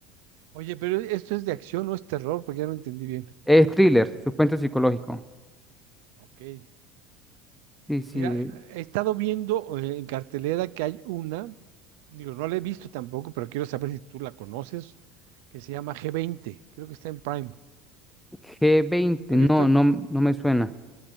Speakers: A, on the right (about 70°); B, in the centre.
A: Oye, pero esto es de acción, no es terror, porque ya no entendí bien.
B: Es thriller, suspenso psicológico.
A: Ok.
B: Sí, sí.
A: Mira, he estado viendo eh, en cartelera que hay una, digo, no la he visto tampoco, pero quiero saber si tú la conoces, que se llama g veinte. creo que está en Prime.
B: g veinte
A: La he visto,
B: no, no, no me suena.